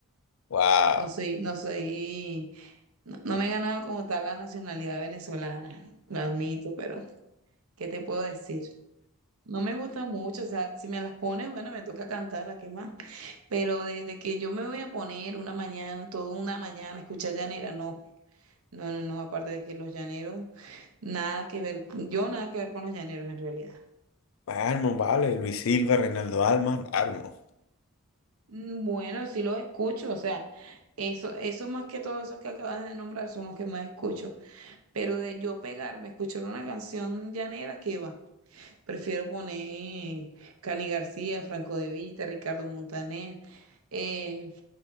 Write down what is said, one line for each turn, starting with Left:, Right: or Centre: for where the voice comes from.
Left: Wow.
Right: No soy, no soy, no, no me he ganado como tal la nacionalidad venezolana, la admito, pero ¿qué te puedo decir? No me gusta mucho, o sea, si me las pones, bueno, me toca cantarla, ¿qué más? Pero desde que yo me voy a poner una mañana, toda una mañana, a escuchar llanera, no. No, no, no, aparte de que los llaneros, nada que ver, yo nada que ver con los llaneros en realidad.
Left: Armo, vale, Luis Silva, Reinaldo Alman, Armo,
Right: Mm, Bueno, sí los escucho, o sea, eso, eso más que todo, esos que acabas de nombrar son los que más escucho. Pero de yo pegarme, escuchar una canción llanera, ¿qué va? Prefiero poner Cani García, Franco De Vita, Ricardo Montaner, eh,